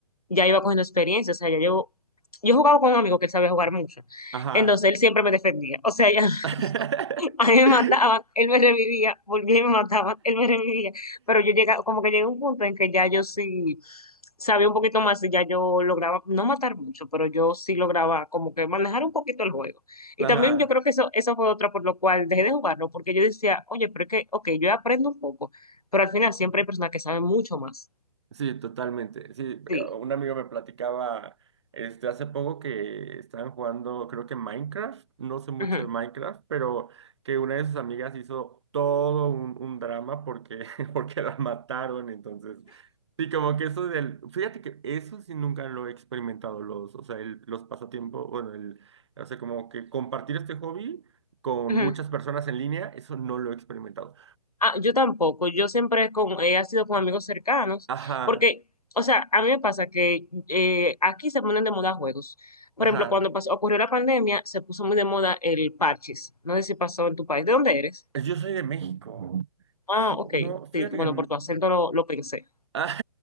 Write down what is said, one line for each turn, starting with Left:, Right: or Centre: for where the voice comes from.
Left: ya iba cogiendo experiencia, o sea, ya yo, yo jugaba con un amigo que él sabía jugar mucho,
Right: Ajá.
Left: entonces él siempre me defendía, o sea, <laughs>
Right: <laughs>
Left: A mí me mataban, él me revivía, volvía y me mataban, él me revivía. Pero yo llegaba, como que llegué a un punto en que ya yo sí sabía un poquito más y ya yo lograba, no matar mucho, pero yo sí lograba como que manejar un poquito el juego. Y
Right: Ajá.
Left: también yo creo que eso, eso fue otra por lo cual dejé de jugarlo, porque yo decía, oye, pero es que, ok, yo aprendo un poco, pero al final siempre hay personas que saben mucho más.
Right: Sí, totalmente. Sí,
Left: Sí.
Right: un amigo me platicaba este, hace poco que estaban jugando, creo que Minecraft, no sé mucho
Left: Ujú,
Right: de Minecraft, pero que una de sus amigas hizo todo un, un drama porque, <laughs> porque la mataron. Entonces, sí, como que eso del, fíjate que eso sí nunca lo he experimentado, los, o sea, el- los pasatiempos, bueno, el, o sea, como que compartir este hobby con
Left: ujú.
Right: muchas personas en línea, eso no lo he experimentado.
Left: Ah, yo tampoco, yo siempre con, he sido con amigos cercanos,
Right: Ajá,
Left: porque, o sea, a mí me pasa que eh, aquí se ponen de moda juegos. Por
Right: ajá.
Left: ejemplo, cuando pasó, ocurrió la pandemia, se puso muy de moda el parches. No sé si pasó en tu país. ¿De dónde eres?
Right: Yo soy de México. Sí,
Left: Ah, ok.
Right: no, fíjate
Left: Sí, bueno,
Right: que... n-
Left: por tu
Right: <laughs>
Left: acento lo, lo pensé.
Right: Ah,